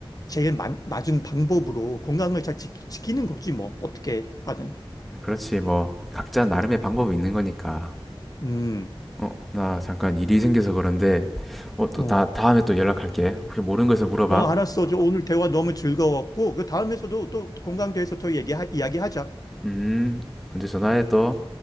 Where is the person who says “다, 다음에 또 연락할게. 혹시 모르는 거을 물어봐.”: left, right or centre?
Centre